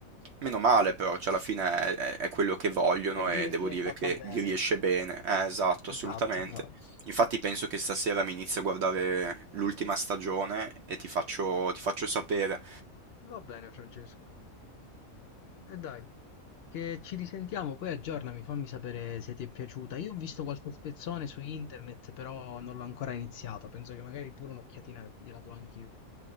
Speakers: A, on the right; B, on the left.
A: Meno male però, cioè alla fine è, è- è quello che vogliono
B: Vuol dire
A: e devo
B: che
A: dire
B: è fatta
A: che
B: bene.
A: gli riesce bene. Eh, esatto, assolutamente.
B: Esatto, esatto.
A: Infatti penso che stasera mi inizio a guardare l'ultima stagione e ti faccio ti faccio sapere.
B: Va bene, Francesco. E dai, che ci risentiamo, poi aggiornami, fammi sapere se ti è piaciuta. Io ho visto qualche spezzone su internet, però non l'ho ancora iniziato. Penso che magari pure un'occhiatina gliela do anch'io.